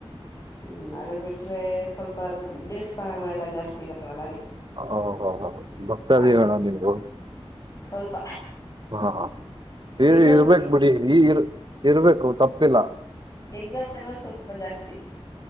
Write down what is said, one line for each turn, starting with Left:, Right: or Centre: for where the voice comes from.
Left: ಹ್ಮ್ ಅದು ಬಿಟ್ರೆ ಸ್ವಲ್ಪ ದೇವಸ್ಥಾನಗಳೆಲ್ಲಾ ಜಾಸ್ತಿ ಇದಾವಲ್ಲ ಅದಕ್ಕೆ
Right: ಓ ಹ ಹ ಬಕ್ತದ
Left: ಆ
Right: ಗಣ ನೀಬ
Left: ಸ್ವಲ್ಪ
Right: ಹಾ ಇರ್ಬೇಕಕ್
Left: ಎಕ್ಸಾಮ್
Right: ಬಿಡಿ ನೀಗ ಇರ್ಬೇಕು ತಪ್ಪಿಲ್ಲ
Left: ಎಕ್ಸಾಮ್ ಟೇಬಲ್ ಸ್ವಲ್ಪ ಜಾಸ್ತಿ